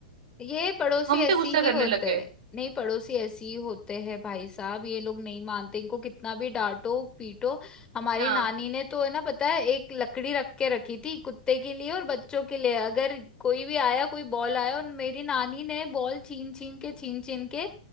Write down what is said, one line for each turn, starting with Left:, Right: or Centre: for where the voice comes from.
Left: ये पड़ोसी
Right: हम
Left: ऐसी
Right: पे गुस्सा
Left: ही
Right: करने
Left: होते
Right: लग गए
Left: हैं नहीं पड़ोसी ऐसी ही होते हैं भाई साहब ये लोग नहीं मानते इनको कितना भी डांटो पीटो हमारी
Right: हाँ
Left: नानी ने तो है ना पता है एक लकड़ी रख के रखी थी कुत्ते के लिए और बच्चों के लिए अगर कोई भी आया कोई बॉल आया और मेरी नानी ने बॉल छीन छीन के छीन छीन के